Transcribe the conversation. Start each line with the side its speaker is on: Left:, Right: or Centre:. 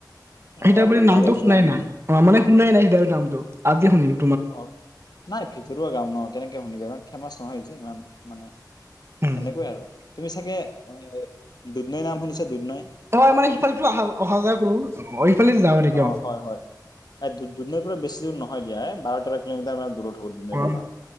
Left: অ
Right: সিধাবাৰী
Left: ডাইৰেক্ট
Right: নামটো
Left: যোৱা
Right: শুনাই
Left: নেকি
Right: নাই অ মানে শুনাই নাই সিধাবাৰি নামটো আজি শুনিলোঁ
Left: অ নাই ভিতৰুৱা গাও ন কেনেকে শুনিবা ইমান ফেমাচ নহয় যে ইমান মানে
Right: উম
Left: সেনেকুৱাই আৰু তুমি চাগে এ দুধনৈ নাম শুনিছা দুধনৈ
Right: তই মানে সিফালে টো অহা যোৱা কৰো অ সিফালে যাওঁ নেকি
Left: অ হয় হয় এই দুধনৈৰ পৰা বেছি দূৰ নহয় দিয়া এ বাৰ তেৰ কিলোমিটাৰ মান দূৰত হ'ব দুধনৈৰ
Right: অ
Left: পৰা